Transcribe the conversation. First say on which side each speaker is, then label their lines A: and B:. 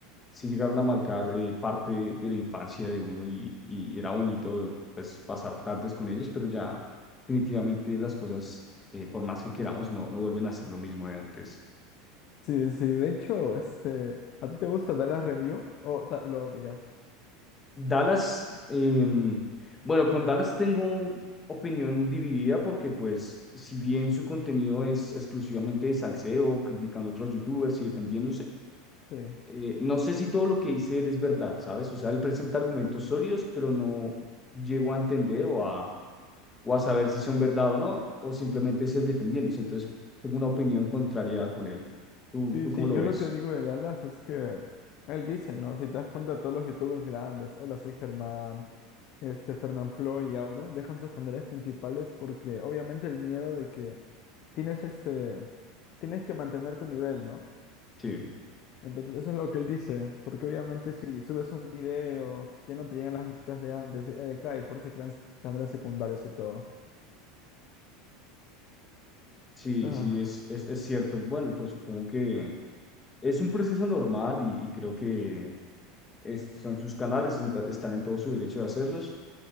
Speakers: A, on the left; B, on the left.
A: sí llegaron a marcar eh, parte de la infancia de uno y, y era bonito pues pasar tardes con ellos, pero ya definitivamente las cosas, eh, por más que queramos, no, no vuelven a ser lo mismo de antes.
B: Sí, sí, de hecho, este, ¿a ti te gusta dar la review o ta- lo odias?
A: Dallas, em, bueno, con Dallas tengo opinión dividida porque pues si bien su contenido es exclusivamente de salseo, criticando a otros youtubers y defendiéndose,
B: Sí.
A: eh, no sé si todo lo que dice él es verdad, ¿sabes? O sea, él presenta argumentos sólidos, pero no llego a entender o a, o a saber si son verdad o no, o simplemente es él defendiéndose. Entonces, tengo una opinión contraria con él. ¿Tú,
B: Sí,
A: tú
B: sí,
A: cómo lo
B: yo
A: ves?
B: lo que digo de Dallas es que él dice, ¿no? Si te das cuenta, todos los youtubers grandes, hola, soy Germán, este, Fernanfloo y Auron, dejan sus canales principales porque obviamente el miedo de que tienes este, tienes que mantener tu nivel, ¿no?
A: Sí,
B: Entonces, eso es lo que él dice, porque obviamente si subes un video, ya no te llegan las visitas de antes, eh, de acá, y por eso se crean canales secundarios y todo.
A: sí,
B: Ah,
A: sí, es, es, es cierto. Bueno, pues supongo que... Es un proceso normal y, y creo que es- son sus canales, enta- están en todo su derecho de hacerlos.